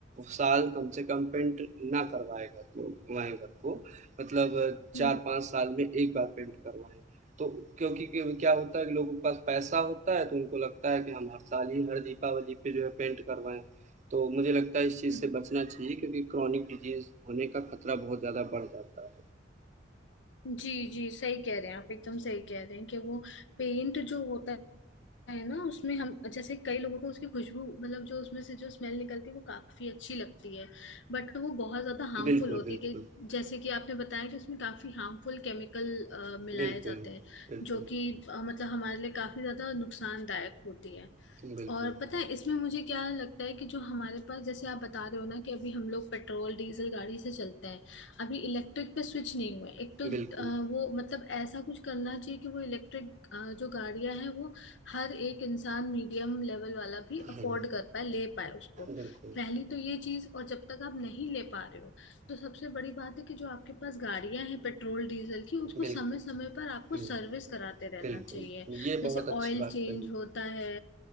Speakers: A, on the right; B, on the left.
A: साल कम से कम पेंट ना करवाएं घर को करवाएं घर को। मतलब 4-5
B: हम्म
A: साल में 1 बार पेंट करवाएँ। तो क्योंकि क्यों क्या होता है कि लोगों के पास पैसा होता है तो उनको लगता है कि हम हर साल ही हर दीपावली पे जो है पेंट करवाएं तो मुझे लगता है इस चीज़
B: हम्म।
A: से बचना चाहिए क्योंकि क्रॉनिक डिजीज होने का खतरा बहुत ज़्यादा बढ़ जाता
B: जी जी सही कह रहे हैं आप एकदम सही कह रहे हैं कि वो पेंट जो होता है ना उसमें हम जैसे कई लोगों को उसकी खुशबू मतलब जो उसमें से जो स्मेल निकलती है वो काफी अच्छी लगती है बट वो बहुत ज्यादा हार्मफुल
A: है बिल्कुल
B: होती
A: बिल्कुल
B: है कि जैसे कि आपने बताया कि उसमें काफी हार्मफुल केमिकल मिलाए
A: बिल्कुल
B: जाते हैं
A: बिल्कुल
B: जो कि अ, मतलब हमारे लिए काफी ज्यादा नुकसानदायक होती है
A: बिल्कुल
B: और पता है इसमें मुझे क्या लगता है कि जो हमारे पास जैसे आप बता रहे हो ना कि अभी हम लोग पेट्रोल डीजल गाड़ी से चलते हैं अभी इलेक्ट्रिक पे स्विच नहीं हुए एक तो
A: बिल्कुल
B: अ, वो मतलब ऐसा कुछ करना चाहिए कि वो इलेक्ट्रिक जो गाड़ियां हैं वो हर एक इंसान मीडियम लेवल वाला भी
A: हम्म
B: अफोर्ड कर पाए ले पाए उसको
A: बिल्कुल
B: पहली तो ये चीज और जब तक आप नहीं ले पा रहे हो तो सबसे बड़ी बात है कि जो आपके पास गाड़ियां हैं पेट्रोल डीजल की उसको
A: बिल्कुल
B: समय समय पर आपको
A: हम्म
B: सर्विस कराते रहना
A: बिल्कुल
B: चाहिए
A: ये
B: जैसे
A: बहुत अच्छी
B: ऑयल
A: बात
B: चेंज
A: कही
B: होता है